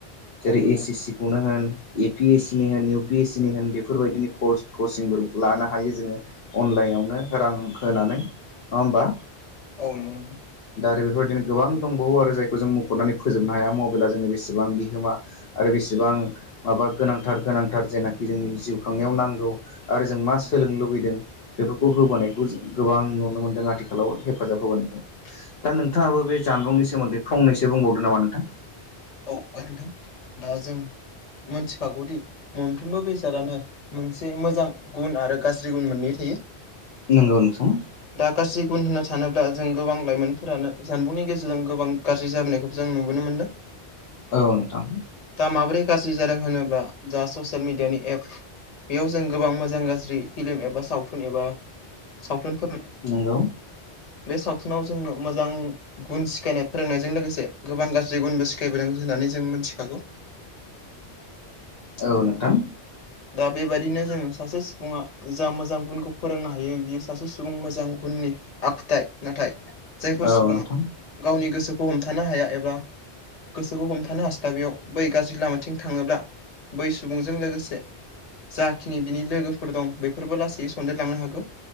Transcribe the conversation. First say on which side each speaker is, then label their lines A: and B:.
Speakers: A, on the left; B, on the left.
A: जेरै
B: औ नंगौ
A: एस सि सि खौनो होन ए पि एस सि नि होन इउ पि एस सि नि होन बेफोरबायदिनि कर्स कचिंबो लानो हायो जोङो अनलाइनावनो रां होनानै नङा होमबा
B: औ नंगौ
A: दा आरो बेफोरबायदिनो गोबां दंबावो आरो जायखौ जों मुख'नानै फोजोबनो हाया मबाइला जोंनि बेसेबां बिहोमा आरो बेसेबां माबा गोनांथार गोनांथार जेनाखि जोंनि जिउ खांनायाव नांगौ आरो जों मा सोलोंनो लुुबैदों बेफोरखौ होबोनायखौ गोबां नुनो मोनदों आथिखालाव हेफाजाब होबोनायखौ दा नोंथाङाबो बे जानबुंनि सोमोन्दै फंनैसो बुंबावदो नामा नोंथां
B: दा नोंथां दा जों मोनथिखागौदि मोनफ्रोमबो बेसादानो मोनसे मोजां गुन आरो गाज्रि गुन मोननै थायो
A: नोंगौ नोंथां
B: दा गाज्रि गुन होननो सानोब्ला जों गोबां लाइमोनफोरानो जानबुंनि गेजेरजों गोबां गाज्रि जाबोनायखौबो जों नुबोनो मोनदों
A: औ नोंथां
B: दा माबोरै गाज्रि जादों होनोब्ला जा ससियेल मिडियानि एप बेयाव जों गोबां मोजां गाज्रि फिल्म एबा सावथुन एबा सावथुनफोरनो
A: नंगौ
B: बे सावथुनाव जोंनो मोजां गुन सिखायनाय फोरोंनायजों लोगोसे गोबां गाज्रि गुनबो सिखायबोदों होननानै जों मिनथिखागौ
A: औ नोंथां
B: दा बेबायदिनो जों सासे सुबुङा जा मोजां गुनखौ फोरोंनो हायो बियो सासे सुबुं मोजां गुननि आखुथाय नाथाय जायफोर
A: औ
B: सुबुङा
A: नोंथां
B: गावनि गोसोखौ हमथानो हाया एबा गोसोखौ हमथानो हास्लाबियाव बै गाज्रि लामाथिं थाङोब्ला बै सुबुंजों लोगोसे जाखिनि बिनि लोगोफोर दं बेफोरबो लासैयै सनदेरलांनो हागौ